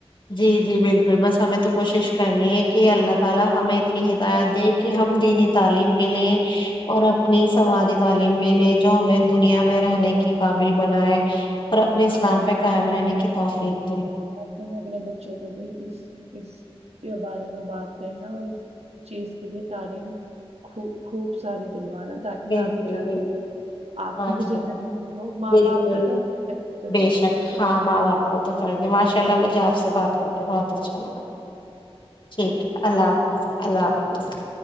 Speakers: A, on the left; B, on the right.
A: جی <inaudible> <inaudible> اسلام
B: ہاں
A: پہ قائم رہنے کی توفیق دے
B: اپنے بچوں کو بھی اس اس کے بارے میں بات کرنا اور اس چیز کے لیے تعلیم خ خوب ساری دلوانا تاکہ
A: بالکل
B: آگے جا
A: بالکل
B: کے آپ
A: ماشاء
B: کو بھی جنت میں ہو ماں
A: بالکل
B: باپ کا تو سب سے
A: بے
B: پہلے
A: شک ہاں ماں باپ کو تو فرد ہے ماشاء اللہ مجھے آپ سے بات کر کے بہت اچھا لگا ٹھیک ہے اللہ حافظ اللہ حافظ ا